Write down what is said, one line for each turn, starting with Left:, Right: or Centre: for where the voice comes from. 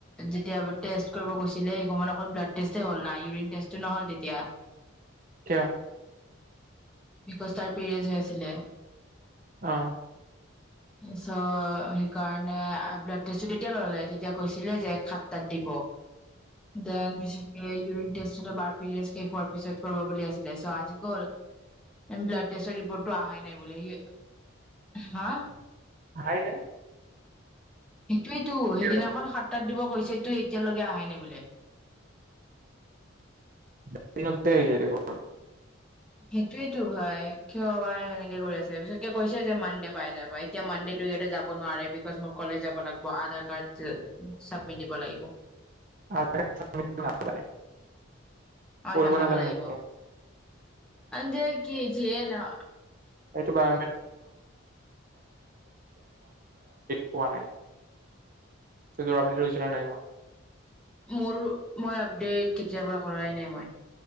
Centre: যেতিয়া টেষ্ট কৰিব গৈছিলে সেই সমত অকল ব্লাড টেষ্টে হ'ল না, ইউৰিন টেষ্ট এইটো নহ'ল তেতিয়া,
Right: কিয়?
Centre: বিকজ তাৰ পেৰিয়ডচ হৈ আছিলে।
Right: অ',
Centre: পিছত সেইকাৰণে অ', ব্লাড টেষ্টটো তেতিয়া ল'লে, তেতিয়া কৈছিলে যে সাত তাত দিব, দেন বেছিকে উৰিন টেষ্টটোতে পিৰিয়ড শেষ হোৱা পিছত কৰিব বুলি আছিলে আজি গল, ডেন ব্লাড টেষ্টৰ ৰিপৰ্টটো আহাই নাই বোলে সি, হা',
Right: আহাই নাই।
Centre: সেইটোৱেটো সেইদিনাখন
Right: কিয়?
Centre: সাতটাত দিব, কৈছে তো এতিয়ালৈকে আহাই ন বোলে।
Right: <unintelligible>
Centre: সেইটোৱটো হয় কিয় বা এনেকে কৰি আছে বিশেষকে কৈছে যে মন্দে পাই যাবা এতিয়া মন্দেটো যাব নোৱাৰে বিকছ মই কলেজ যাব লাগিব আধাৰ কাৰ্ড ', চাবমিট দিব লাগিব ।
Right: <unintelligible>
Centre: অ',
Right: কৰিব
Centre: দেখাব
Right: নাজানে
Centre: লাগিব
Right: নেকি?
Centre: যে কি যিয়ে নহ
Right: <unintelligible> দেখ পোৱা নাই <unintelligible>
Centre: মোৰ মই আপডেট কেতিয়া পা কৰাই নাই মই।